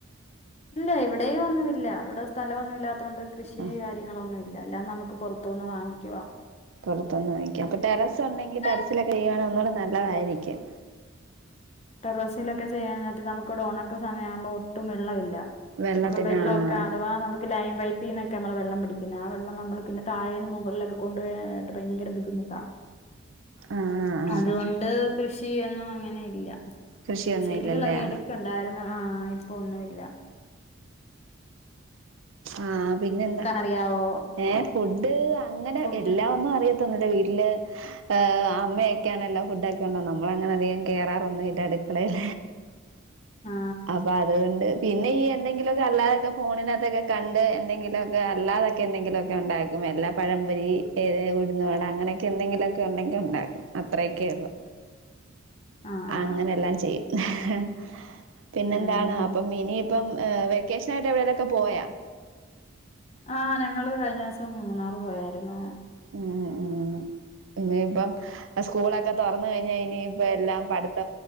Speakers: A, on the left; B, on the right.
A: ഇല്ല ഇവിടെയും ഒന്നുമില്ല ഇവിടെ സ്ഥലംമൊന്നും ഇല്ലാത്ത കൊണ്ട് കൃഷി
B: ആഹ്
A: കാര്യങ്ങളൊന്നും ഇല്ല അല്ല നമുക്ക്. പുറത്തുനിന്ന് വാങ്ങിക്കുവാ.
B: പുറത്തനിന്ന് വാങ്ങിക്ക അപ്പോ ടെറസ്ഉണ്ടെങ്കി ടെറസിലക്കെ
A: ഉം
B: ഒന്നുടെ നല്ല നല്ലതായിരിക്കും.
A: ടെറസിലൊക്കെ ചെയ്യാനായിട്ട് നുക്കിവിടെ ഉണക്ക് സമയം ആവുമ്പോ ഒട്ടും വെള്ളമില്ല.
B: വെള്ളത്തിന്
A: അപ്പോ വെള്ളമൊക്കെ
B: ആഹ്
A: അഥവാ നമു ലൈൻ പൈപ്പിന്നൊക്കെ നമ്മള് വെള്ളം പിടിക്കുന്ന ആ വെള്ള നമ്മൾ പിന്നെ താഴേന്നു മുകളിലൊക്കെ കൊണ്ടു വരാനായിട്ട് ഭയങ്കര ബുദ്ധിമുട്ട്.
B: ആഹ് ആഹ് ആഹ്
A: അതുകൊണ്ട് കൃഷി. ഷിയൊന്നു അങ്ങനെ ഇല്ല.
B: കൃഷിയൊന്നും
A: ചെടികളൊക്കെ
B: ഇല്ലല്ലേ
A: ഇടക്ക് ഉണ്ടാരുന്നാ. അ ഇപ്പം ഒന്നും ഇല്ല
B: ആഹ പിന്നെ എന്ന
A: അറിയാവോ
B: ഏ ഫുഡ് അങ്ങനെ
A: ഫുഡ്
B: എല്ലാ ഒന്നും അറിയത്തോന്നുല്ല വീട്ടില് ഏഹ് അമ്മയൊക്കെ ആണല്ലോ ഫുടൊക്കെ യോണ്ട് നമ്മള് അങ്ങനെ അധികം ഒന്നും കേററൊന്നും ഇല്ല അടുക്കളേൽ
A: ആ
B: അപ്പൊ അതുകൊണ്ട് പിന്നെ ഈ എന്തെങ്കിലൊക്കെ അല്ലാതൊക്കെ ഫോണിൻ അ അതൊക്കെ കണ്ട് എന്തെങ്കിലുഒക്കെ അല്ലാതൊക്കെ എന്തെങ്കിലുഒക്കെ ഉണ്ടാക്കും എല്ലാ പഴമ്പൊരി ഏഹേ ഉഴുന്നുവട അങ്ങനെയൊക്കെ എന്തെങ്കിലുഒക്കെ ഉണ്ടെങ്കിൽ ഉണ്ടാക്കും അത്രയൊക്കെ ഉള്ളു
A: ആ ആ
B: അങ്ങനെല്ലാം ചെയ്യും <inaudible> പിന്നെ
A: ഉം
B: എന്താണ് അപ്പം ഇനിയിപ്പം ഏ വെക്കേഷൻ ആയിട്ട് എവിടെ പ്പം പോയ
A: അ ഞങ്ങള് കഴിഞ്ഞ ദിവസം മൂന്നാർ പോയായിരുന്നു
B: മ് മ് ഇനിയിപ്പം സ്കൂളൊക്കെ തുറന്ന് കഴിഞ്ഞാൽ ഇനിയിപ്പം എല്ലാം പഠ